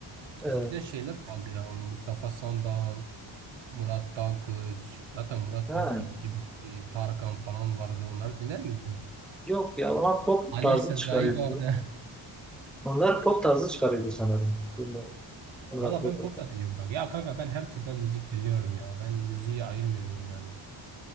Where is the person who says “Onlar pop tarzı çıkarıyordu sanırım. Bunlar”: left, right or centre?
Centre